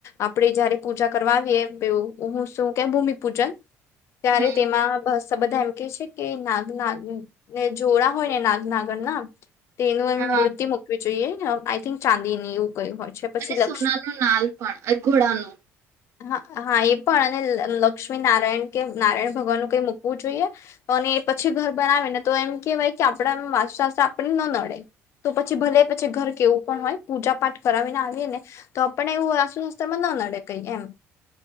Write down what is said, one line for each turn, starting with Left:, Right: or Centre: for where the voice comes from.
Left: આપણે જયારે પૂજા કરવાવીએ હું શું કે ભૂમિપૂજન. ત્યારે
Right: હમ
Left: તેમાંસ. બધા એમ કે છે કે નાગ ના. ને જોડા હોય ને નાગનાગર ના. તે એનું એ
Right: હા
Left: મૂર્તિ મૂકવી જોઈએ. ક ચાંદી એવું કયું હોય. છે પછી
Right: અને સોના
Left: લક્ષ
Right: ન નાલ પણ ઘોડાનું.
Left: હા હા એ પણ અને લક્ષ્મી નારાયણ કે નારાયણ ભગવાનનુંું કઈ મૂકવું જોઈએ અને પછી ઘર બનાવીને. તો એમ કેહેવાય કે આપણા એમ વાસુસ્ આપને ન નડે તો પછી ભલે પછી ઘર કેવું પણ હોય પૂજા પાઠ કરાવીને આવીએ ને તો આપણે એવું વાસુસ્ત્રમાં ન નડે કઈ એમ.